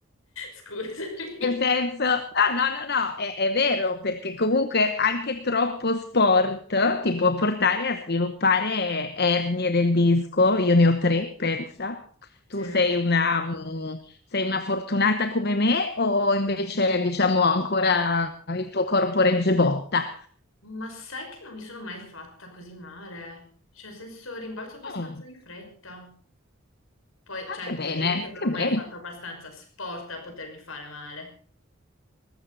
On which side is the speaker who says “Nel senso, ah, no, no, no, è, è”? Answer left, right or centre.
Left